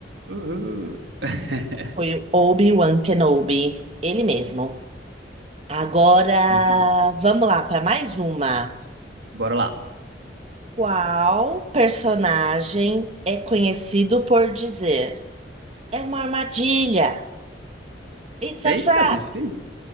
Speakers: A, on the right; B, on the right.
A: Uhul! <laughs>
B: Foi o Obi-Wan Kenobi, ele mesmo. Agora,
A: Muito bom.
B: vamos lá para mais uma.
A: Bora lá.
B: Qual personagem é conhecido por dizer é uma armadilha? It's
A: Eita,
B: a trap.
A: difícil.